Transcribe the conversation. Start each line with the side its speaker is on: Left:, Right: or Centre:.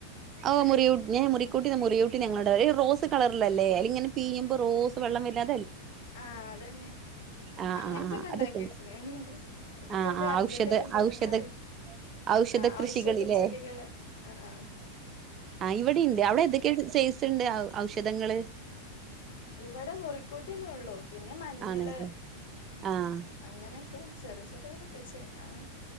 Right: ഓ മുറിയൂ ഏ മുറിക്കൂട്ടി മുറിയൂട്ടി ന്ന ഞങ്ങളോടെ പറ ഇ റോസ് ത് കളറില്ലല്ലെ അയിലിങ്ങനെ പീയും പ്പ റോസ് വെള്ളം വരാ
Left: ആഹ അതന്നെ
Right: ആഹ്
Left: അങ്ങൻത്തൊക്കെ
Right: ആഹ് ആഹ്
Left: ഇണ്ടാക്കിയച്ണ്
Right: അതൊക്കെണ്ട്
Left: ഞങ്ങള് നമുക്ക്ന്തേ
Right: ആഹ് ആഹ്
Left: അർജന്റന്റൊക്കെ
Right: ഔഷധ
Left: എന്തേ
Right: ഔഷധ
Left: വന്നാല്
Right: ഔഷധ
Left: ആ
Right: കൃഷികളില്ലേ
Left: ഔഷധ ചെടികള് ആ ആഹ
Right: ആ ഇവിടിണ്ട് അവിടെ എതൊക്കെ ച്ചെ ണ്ട് ഔഷധങ്ങള്
Left: ഇവിടെ മുറിക്കൂട്ട്യന്നെ ഒള്ളൂ പിന്നെ മഞ്ഞള്
Right: ആണല്ലേ ആഹ്
Left: അങ്ങനെയൊക്കെ ചെറിയ ചെറിയതൊക്കെ ച്ചെ ആ